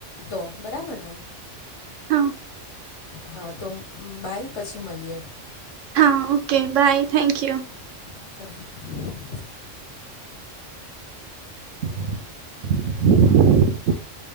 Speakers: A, on the left; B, on the right.
A: તો બરાબર ને!
B: હા!
A: હા તો બાઈ પછી મળીએ.
B: હા okay bye. Thank you
A: come <inaudible>
B: <inaudible>